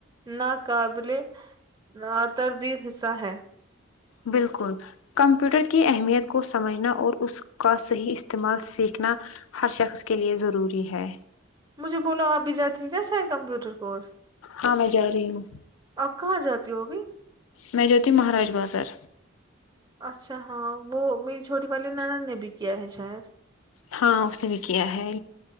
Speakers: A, on the right (about 20°); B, on the left (about 85°).
A: ناقابل رہا تردید حصہ ہے
B: بالکل کمپیوٹر کی اہمیت کو سمجھنا اور اس کا صحیح استعمال سیکھنا ہر شخص کے لیے ضروری ہے
A: مجھے بولو آپ بھی جاتی نا شاید کمپیوٹر کورس
B: ہاں میں جا رہی ہوں
A: آپ کہاں جاتی ہوگی
B: میں جوتی ہ مہاراج بازار
A: اچھا ہاں وہ میری چھوٹی والی نینن نے بھی کیا ہے شاید
B: ہاں اس نے کیا ہے